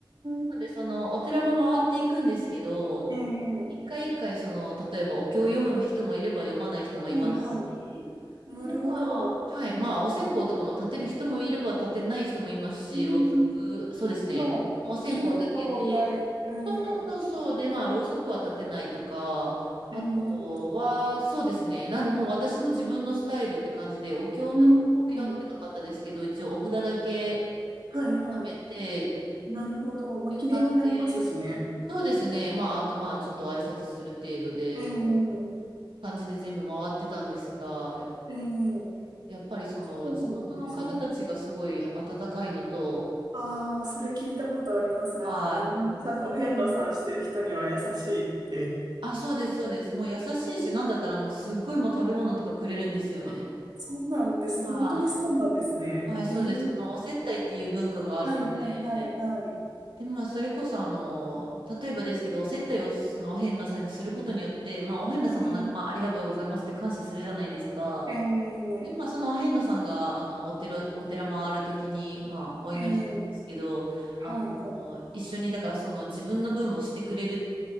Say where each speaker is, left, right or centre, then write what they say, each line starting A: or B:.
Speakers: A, on the right; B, on the right.
A: ん。
B: なので、その、お寺も回っていくんですけど、
A: ええ
B: 一回一回、その、例えば、お経を読む人もいれば読まない人もいますし、
A: はいはい。なるほど。
B: で、まあ、
A: う
B: はい、まあ、お線香とかも立てる人もいれば立てない人もいますし、
A: ーん。
B: ろうそく、そうですね、
A: まあ、
B: もうお線香だけで、
A: 気持ちの問題。う
B: そうそうそうそう、
A: ん。
B: で、まあ、
A: なるほど。
B: ろうそくは立てないとか、あとは、
A: うんうん。
B: そうですね、なんで、もう私も自分のスタイルって感じで、お経とかは読んでなかったですけど、
A: うんうん。
B: 一応お札だけ
A: はいはい。
B: 貯めて、
A: なるほど。まあ、
B: 床って、
A: 記念になりますしね。
B: そうですね。まあ、あとまあ、ちょっと挨拶する程度で、
A: ええ
B: そう感じで全部回ってたんですが、
A: ええ
B: やっぱりその地元の方たちがすごい温かいのと、
A: そうなんですね。ああ、それ聞いたことあります。なんかみんなやさお遍路さんしてる人には優しいって。
B: はい。あ、そうです、そうです。もう優しいし、なんだったらあの、すっごいもう食べ物とかくれるんですよね。
A: あ、そうなんですね。
B: は
A: 本当にそうなんですね。
B: い。はい、
A: へえ。
B: そうです。あの、お接待っていう文化があるので、
A: はいはいはいはい。
B: で、まあ、それこそ、あの、例えばですけど、お接待をそのお遍路さんにすることによって、まあ、お遍路さんもなんか、
A: えー、
B: まあ、ありがとうございますって感謝するじゃないですか。
A: え
B: で、まあ、その遍路さんが、あの、お寺、お寺回るときに、まあ、お祈りじゃないですけど、
A: ー、えー、はいはい。
B: あの、一緒に、だから、その、自分の分もしてくれる